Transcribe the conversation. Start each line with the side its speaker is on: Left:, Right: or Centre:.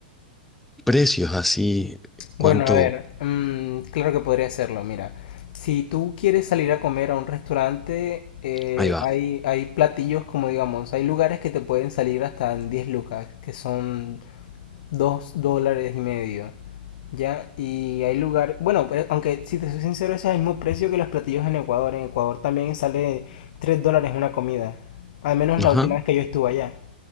Centre: Precios así,
Left: Bueno,
Centre: ¿cuánto?
Left: a ver, mm, claro que podría hacerlo. Mira, si tú quieres salir a comer a un restaurante, eh,
Centre: Ahí va.
Left: hay, hay platillos como digamos, hay lugares que te pueden salir hasta en 10 lucas, que son 2 dólares y medio. ¿Ya? Y hay lugares, bueno, pero aunque si te soy sincero, ese es el mismo precio que los platillos en Ecuador. En Ecuador también sale 3 dólares una comida. Al menos la
Centre: Ajá.
Left: última vez que yo estuve allá.